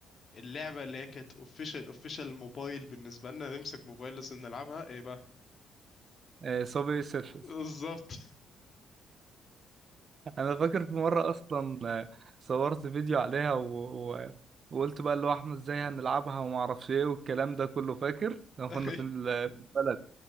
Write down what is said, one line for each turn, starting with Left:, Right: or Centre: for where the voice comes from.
Left: اللعبه اللي هي كانت اوفيشال اوفيشال موبايل بالنسبه لنا نمسك موبايل لازم نلعبها ايه بقى
Right: ايه صابي سيرفس
Left: بالظبط
Right: انا فاكر في مره اصلا آه، صورت فيديو عليها و... و... وقلت بقى اللي هو احنا ازاي هنلعبها وما اعرفش ايه والكلام ده كله فاكر لما
Left: <laughs>
Right: كنا في ال- في البلد